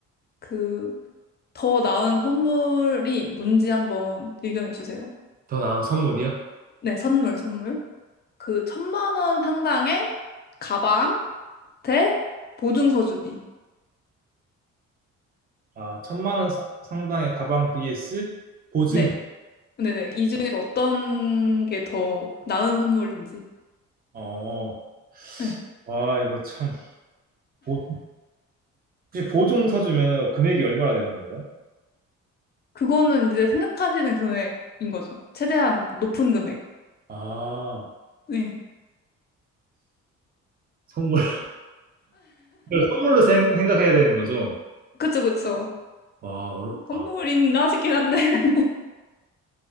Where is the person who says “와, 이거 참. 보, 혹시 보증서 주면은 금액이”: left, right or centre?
Right